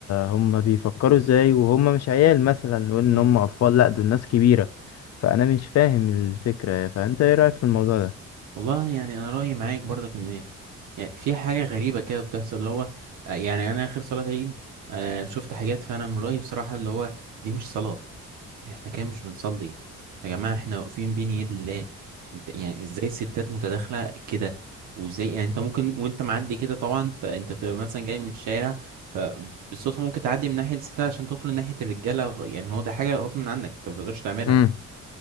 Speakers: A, on the left; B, on the right.
A: هم بيفكروا ازاي وهم مش عيال مثلا وان
B: امم
A: هم اطفال لا دول ناس كبيرة فانا مش فاهم الفكرة يعني. فانت ايه رأيك في الموضوع ده
B: والله يعني انا رايي معاك برضك ان إيه؟ يعني في حاجه غريبه كده بتحصل اللي هو يعني انا اخر صلاه عيد آه، شفت حاجات فانا من رايي بصراحه اللي هو دي مش صلاه يعني احنا كده مش بنصلي يا جماعة احنا واقفين بين يد الله انت يعني ازاي الستات متداخلة كده وازاي يعني انت ممكن وانت معدي كده طبعا فانت بتبقى مثلا جاي من الشارع فبالصدفة ممكن تعدي من ناحية الستات عشان تدخل ناحية الرجالة غ- يعني هو ده حاجة غصب عنك انت متقدرش تعملها
A: امم